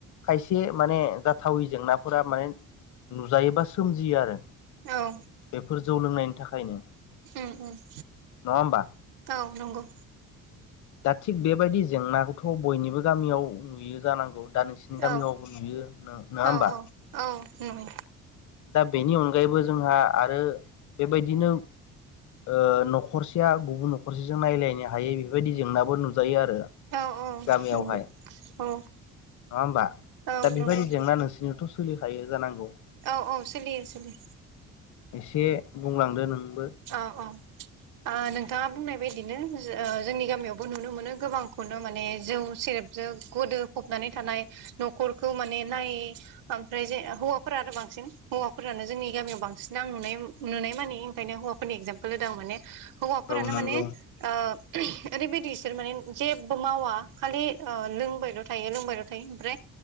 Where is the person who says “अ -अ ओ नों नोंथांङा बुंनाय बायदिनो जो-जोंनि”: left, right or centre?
Right